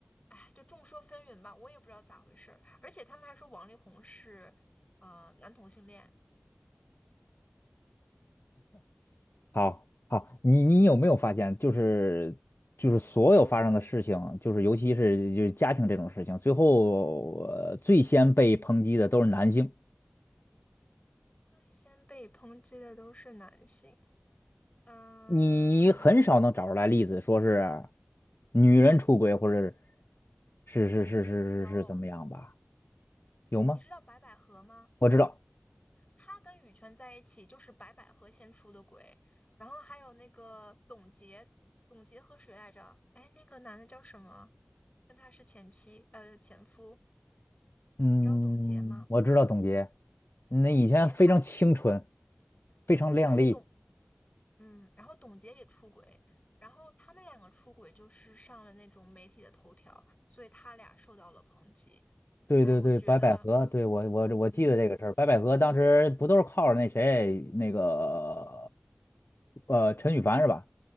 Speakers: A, on the left; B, on the left.
A: 哎，就众说纷纭吧，我也不知道咋回事儿。而且他们还说王力宏是啊、呃男同性恋，
B: 好，好，你你有没有发现，就是就是所有发生的事情，就是尤其是就是家庭这种事情，最后呃最先被抨击的都是男性，
A: 所以先被抨击的都是男性。嗯，
B: 你很少能找出来例子说是女人出轨或者是是是是是是怎么样吧？
A: 哎，有，
B: 有吗？
A: 你知道白百合吗？
B: 我知道，
A: 她跟羽泉在一起就是白百合先出的轨，然后还有那个董洁，董洁和谁来着？哎，那个男的叫什么？跟他是前妻，呃，前夫。
B: 嗯，
A: 你知道董洁吗？
B: 我知道，董洁，那以前非常清纯，
A: 董洁她，
B: 非常靓丽。
A: 对对对，董嗯，然后董洁也出轨，然后他们两个出轨就是上了那种媒体的头条，所以他俩受到了抨击。
B: 对对对，
A: 哎呀，我觉得，
B: 白百合，对我我我记得这个事儿。
A: 嗯，
B: 白百合当时不都是靠着那谁那个呃陈羽凡是吧？